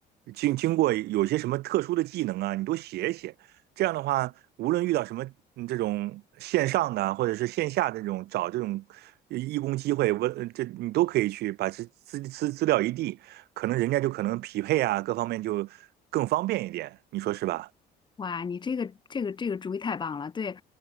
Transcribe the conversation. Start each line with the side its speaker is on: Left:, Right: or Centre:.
Right: 经经过有些什么特殊的技能啊，你都写一写。这样的话，无论遇到什么嗯这种线上的啊或者是线下的这种找这种呃义工机会，我呃这你都可以去把资资资资料一递，可能人家就可能匹配啊，各方面就更方便一点，你说是吧？
Left: 哇，你这个这个这个主意太棒了，对，